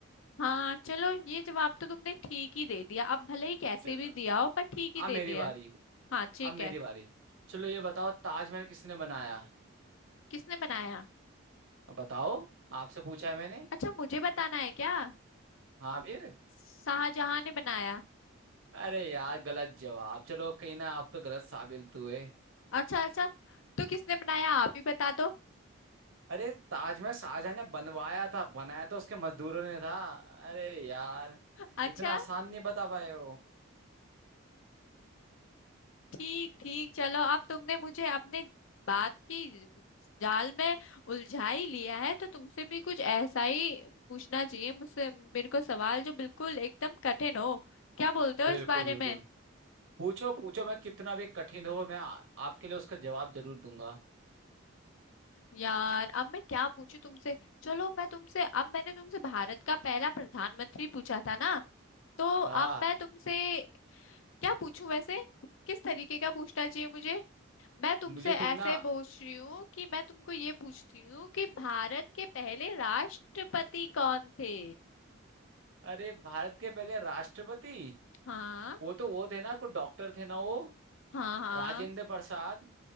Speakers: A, on the left; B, on the right.
A: हाँ चलो ये जवाब तो तुमने ठीक ही दे दिया अब भले ही कैसे
B: चल-
A: भी दिया हो पर ठीक
B: अब
A: ही दे
B: मेरी
A: दिया
B: बारी
A: हाँ ठीक
B: अब मेरी
A: है
B: बारी चलो ये बताओ ताजमहल किसने बनाया
A: किसने बनाया
B: अब बताओ आपसे पूछा है मैंने
A: अच्छा मुझे बताना है क्या
B: हाँ फिर
A: शाहजहां ने बनाया
B: अरे यार गलत जवाब चलो कहीं ना आप तो गलत साबित हुए
A: अच्छा अच्छा तो किसने बनाया आप ही बता दो
B: अरे ताजमहल शाहजहां ने बनवाया था बनाया तो उसके मजदूरों ने था अरे यार
A: अच्छा
B: इतना आसान नहीं बता पाए हो
A: ठीक ठीक चलो अब तुमने मुझे अपने बात की जाल में उलझा ही लिया है तो तुमसे भी कुछ ऐसा ही पूछना चाहिए मुझसे मेरे को सवाल जो बिल्कुल एकदम कठिन हो क्या बोलते हो
B: बिल्कुल
A: इस बारे
B: बिल्कुल
A: में
B: पूछो पूछो मैं कितना भी कठिन हो मैं आ, आपके लिए उसका जवाब जरूर दूंगा
A: यार अब मैं क्या पूछूं तुमसे चलो मैं तुमसे अब मैंने तुमसे भारत का पहला प्रधानमंत्री पूछा था ना तो अब
B: हाँ
A: मैं तुमसे क्या पूछूं वैसे किस तरीके का पूछना चाहिए मुझे मैं तुमसे
B: मुझे
A: ऐसे
B: तुम ना
A: पूछ रही हूँ कि मैं तुमको ये पूछती हूँ कि भारत के पहले राष्ट्रपति कौन थे
B: अरे भारत के पहले राष्ट्रपति
A: हाँ
B: वो तो वो थे ना कोई डॉक्टर थे ना वो
A: हाँ हाँ
B: राजेंद्र प्रसाद